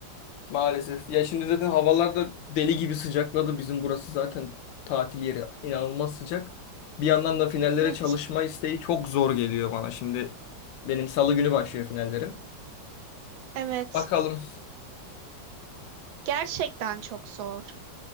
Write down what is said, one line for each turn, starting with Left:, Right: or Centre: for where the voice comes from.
Left: maalesef. Ya şimdi zaten havalar da deli gibi sıcakladı. Bizim burası zaten tatil yeri inanılmaz sıcak. Bir yandan da finallere
Right: Evet,
Left: çalışma isteği çok zor geliyor bana. Şimdi benim salı günü başlıyor finallerim.
Right: evet.
Left: Bakalım.
Right: Gerçekten çok zor.